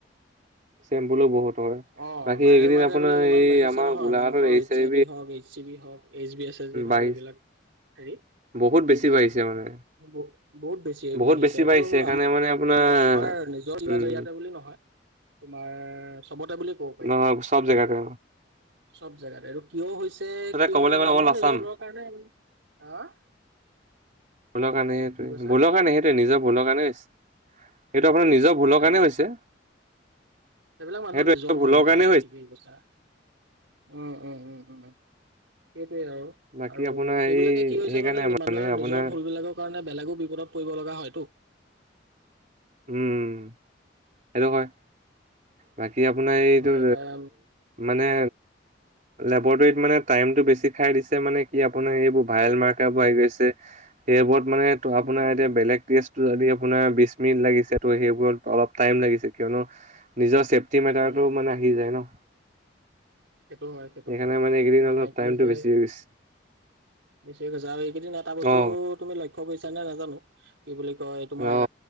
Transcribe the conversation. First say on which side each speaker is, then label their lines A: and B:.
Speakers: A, on the right (about 45°); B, on the right (about 90°).
A: চেম্বুলো বহুত হয়।
B: অ
A: বাকী
B: ভাইৰেল
A: এইকেইদিন
B: মাৰ্গাৰ
A: আপোনাৰ
B: বিলাক ইমান
A: এই
B: বাঢ়িছে
A: আমাৰ
B: নহয়
A: গোলাঘাটত
B: মানুহৰ
A: এৰি
B: এইচ
A: চাৰি
B: আই বি হওক এইচ চি বি হওক এইচ বি এছ
A: বাঢ়িছে
B: হওক এইবিলাক হেৰিত
A: বহুত বেছি বাঢ়িছে মানে
B: ব বহুত বেছি
A: বহুত
B: বাঢ়িছে
A: বেছি
B: অকলবোৰ
A: সেইকাৰণে
B: আমাৰ
A: মানে আপোনাৰ
B: তোমাৰ নিজৰ লৰা
A: উম
B: বৰিয়াতে বুলি নহয় তোমাৰ চবতে বুলি ক'ব পাৰি
A: নহয় চব জাগাতে
B: চব জেগাতে আৰু কিয় হৈছে কিয়
A: ক'বলৈ গ'লে
B: মানুহৰ
A: অল আছাম
B: নিজৰৰ কাৰণে আ হ
A: ভুলৰ কাৰণে সেইটোৱে
B: কৈছা
A: ভুলৰ কাৰণে সেইটোৱে নিজৰ ভুলৰ কাৰণে সেইটো আপোনাৰ নিজৰ ভুলৰ
B: হেল্ল'
A: কাৰণে হৈছে
B: সেইবিলাক মানুহৰ
A: সেইটো
B: নিজৰ
A: ভুলৰ
B: ভুল হয়
A: কাৰণে হৈছে
B: ঠিকেই কৈছা উম উম উম উম স সয়েই
A: বাকী
B: আৰু
A: আপোনাৰ
B: সেইবিলাকে
A: এই
B: কি হৈছে
A: সেইকাৰণে
B: মানে মানুহে
A: আপোনাৰ
B: নিজৰ ভুল বিলাকৰ কাৰণে বেলেগো বিপদত পৰিব লগা হয় কুটো
A: উম হেল্ল' হয় বাকী আপোনাৰ
B: সেইটো
A: এইটো
B: হয় তাৰ
A: মানে লেবৰেটৰীত মানে টাইমতটো বেছি খাই দিছে মানে কি আপোনাৰ এইবোৰ ভাইল মাৰ্কবোৰ আহি গৈছে সেইবোৰত মানে ত আপোনাৰ
B: উম
A: এতিয়া বেলেগ যদি আপোনাৰ বিশ মিনিট লাগিছে ত' সেইবোৰত অলপ টাইম লাগিছে কিয়নো নিজৰ টিম এটাৰটো
B: উম
A: মানে আহি যায় ন
B: সেইটো হয় সেইটো
A: সেইকাৰণে
B: হয়
A: এইকেইদিন
B: মানে
A: অলপ
B: কি
A: টাইমটো
B: হৈছে
A: বেছি হৈ গৈছে
B: বেছিক কৈছ আৰু এইকেইদিন এটা বস্তু
A: অ
B: তুমি লক্ষ্য কৰিছা নে নাজানো কি বুলি কয় তোমাৰ
A: অ